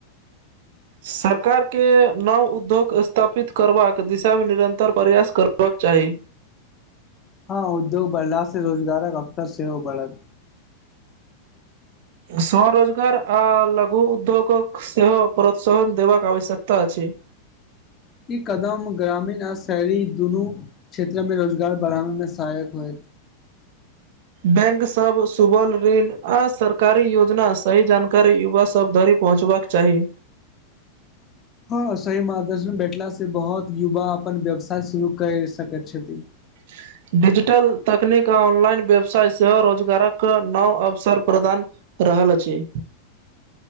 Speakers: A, on the right; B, on the left.
A: सरकारके नव उद्योग स्थापित करबाक दिशामे निरन्तर प्रयास करबाक चाही
B: हँ उद्योग बढ़ला से रोजगारक अवसर सेहो बढ़त
A: स्वरोजगार आ लघु उद्योगक सेहो प्रोत्साहन देबाक आवश्यकता अछि
B: ई कदम ग्रामीण आ शहरी दुनू क्षेत्र मे रोजगार बढ़ाबे मे सहायक होयत
A: बैंक सब सुबल ऋण आ सरकारी योजना सही जानकारी युवा सब धरि पहुँचबाक चाही
B: हँ सही मार्ग दर्शन भेटला से बहुत युवा अपन व्यवसाय शुरू कैय सकैत छथि
A: <unintelligible> डिजिटल तकनीक आ ऑनलाइन व्यवसाय सेहो रोजगारक नव अवसर प्रदान रहल अछि